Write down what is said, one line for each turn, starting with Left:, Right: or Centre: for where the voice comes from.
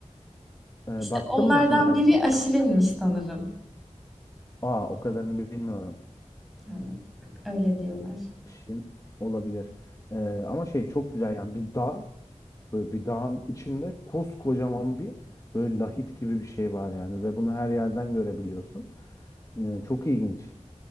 Left: Ee,
Centre: İşte
Left: baktın
Centre: onlardan
Left: mı hiç internete?
Centre: biri Aşil'inmiş sanırım.
Left: Aa o kadarını bilmiyorum.
Centre: Yani öyle diyorlar.
Left: Şirin olabilir. Ee, ama şey çok güzel yani bir dağ böyle bir dağın içinde koskocaman bir böyle lahit gibi bir şey var yani ve bunu her yerden görebiliyorsun. Yani çok ilginç.